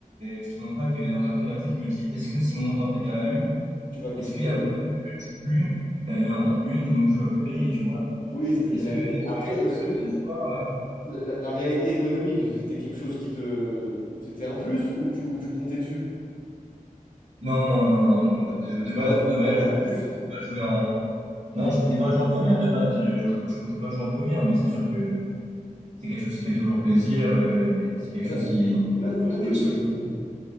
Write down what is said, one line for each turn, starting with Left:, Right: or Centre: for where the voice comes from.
Right: je te mens pas que dans un coin de ma tête, je me dis, est-ce que si on monte en fédéral une,
Left: Tu vas continuer
Right: est-ce qu'il y
Left: à
Right: a
Left: jouer?
Right: moyen que je joue plus euh, en une et donc je sois plus payé, tu vois?
Left: Oui, ça c'est
Right: Est-ce
Left: une réalité.
Right: que, est-ce
Left: Après,
Right: que je
Left: est-ce
Right: vois ça
Left: que
Right: avec les espoirs? euh
Left: La, la réalité économique, c'était quelque chose qui te... C'était un plus ou tu, ou tu comptais dessus?
Right: Non, non, non, non, non. De, de- de base,
Left: Tu vois, tu
Right: pour de
Left: vois
Right: vrai,
Left: comme
Right: je,
Left: un plus.
Right: je comptais pas jouer en. Non, je comptais pas jouer en première de base. Je, je, je comptais pas jouer en première, mais c'est sûr que c'est quelque chose qui fait toujours plaisir. euh, et c'est quelque
Left: Attends,
Right: chose qui,
Left: et, et combien, combien
Right: qui
Left: t'es
Right: motive.
Left: payé,
Right: un petit
Left: tu m'as
Right: peu.
Left: dit?